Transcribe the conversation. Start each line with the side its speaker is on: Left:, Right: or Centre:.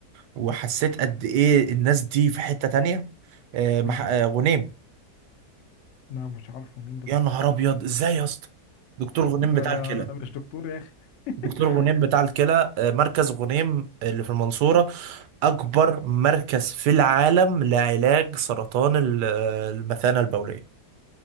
Right: وحسيت قد ايه الناس دي في حتة تانية آه، مح...
Left: مين
Right: آه، غنيم
Left: لا مش عارفه مين ده
Right: يا نهار ابيض ازاي يا اسطى دكتور غنيم
Left: انا
Right: بتاع
Left: ما-
Right: الكلى
Left: أنا مش دكتور يا اخي <laughs>
Right: دكتور غنيم بتاع الكلى آه، مركز غنيم آه، اللي في المنصورة أكبر مركز في العالم لعلاج سرطان ال- آه، المثانة البولية